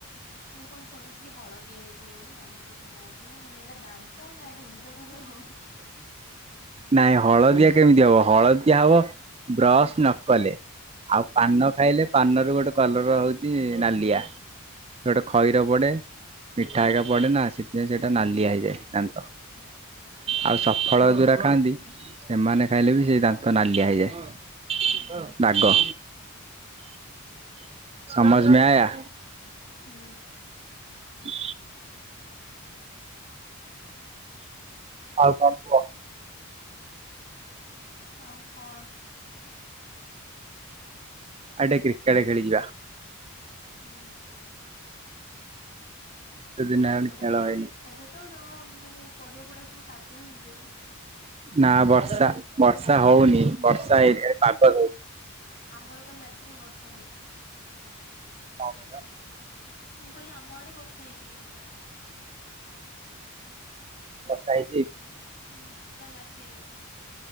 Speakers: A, on the left; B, on the right.
A: ମୁଁ କଣ ଶୁଣିଥିଲି ହଳଦିଆ ହେଇଯିବ ବୋଲି ତମେ କହୁଛ ନାଲିଆ ମାନେ ଏଇଟା ଦା ନ୍ତ ନା ଏଇଟା ଇନ୍ଦ୍ରଧନୁ ର
B: ନାଇଁ ହଳଦିଆ କେମିତି ହବ ହଳଦିଆ ହବ। ବ୍ରସ୍ ନ କଲେ ଆଉ
A: ହୁଁ
B: ପାନ ଖାଇଲେ ପାନର ଗୋଟେ କଲର ହଉଛି ନାଲିଆ ଗୋଟେ
A: ହଁ
B: ଖଇର ପଡେ। ମିଠା ହେରିକା ପଡେ ନା ସେଥିପାଇଁ ସେଇଟା ନାଲିଆ ହେଇଯାଏ ଦାନ୍ତ।
A: ହଁ।
B: ଆଉ ସଫଳ ଯୋଉ ଗୁରା ଖାଆନ୍ତି ସେମାନେ ଖାଇଲେ ବି ସେଇ ଦାନ୍ତ ନାଲିଆ ହେଇଯାଏ।
A: ହୁଁ।
B: ବାଗ ସମଝ୍ ମେଁ ଆୟା।
A: ହୁଁ।
B: ହୁଁ ଆଉ କଣ କୁହ?
A: ଆଉ କଣ?
B: ଆଜି ଟିକେ କ୍ରିକେଟ ଖେଳିଯିବା?
A: ହୁଁ।
B: କେତେ ଦିନହେଲା
A: ଏବେ
B: ଖେଳହେଇନି।
A: ତ ଏବେ ତ ତମ ମାନେ ପଡିଆ ପଡିଆ ସବୁ କାଦୁଅ ହେଇଯାଇ
B: ନା ବର୍ଷା ବର୍ଷା ହଉନି ବର୍ଷା ହେଇ ପାଗ ଦଉ
A: ଆମର କାଲି ରାତିକି ବର୍ଷା ହେଇଛି
B: କଣ କହିଲ?
A: ମୁଁ କହିଲି ଆମ ଆଡେ ବର୍ଷା ହେଇଛି କିନ୍ତୁ
B: ବର୍ଷା ହେଇଛି।
A: ହୁଁ କାଲି ରାତିରେ।